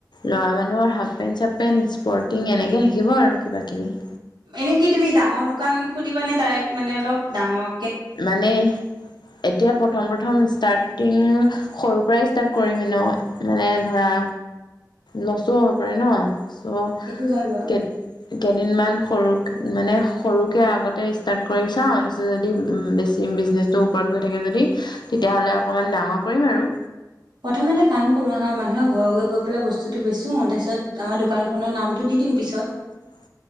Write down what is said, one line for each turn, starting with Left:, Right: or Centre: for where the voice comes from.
Left: ল'ৰা মানুহৰ হাফ পেণ্ট, চাফ পেণ্ট, স্পৰ্টিং এনেকে থাকিব আৰু কিবাকিবি।
Right: এনে কি তুমি ডাঙৰ দোকান খুলিবানে ডাইৰেক্ট? মানে অলপ ডাঙৰ
Left: মানেহ, এতিয়া প্ৰথম- প্ৰথম ষ্টাৰ্টিং সৰুৰ পৰাই ষ্টাৰ্ট কৰিমে ন। মানে ধৰা লচো হ'ব পাৰে ন। চ'
Right: সেইটো হয় বাউ।
Left: কে কেইদিনমান সৰুক মানে সৰুকে আগতে ষ্টাৰ্ট কৰি চাওঁ, তাৰপিছত যদি উম, বেছি বিজনেজটো ওপৰত গৈ থাকে যদি, তেতিয়াহ'লে অকমান ডাঙৰ কৰিম আৰু।
Right: প্ৰথমে এটা কাম কৰোঁ আঁহা, মানুহৰ ঘৰে- ঘৰে গৈ পেলাই বস্তুটো বেচোঁ, তাৰপিছত আমাৰ দোকানখনৰ নামটো দি দিম পিছত।
Left: <inaudible>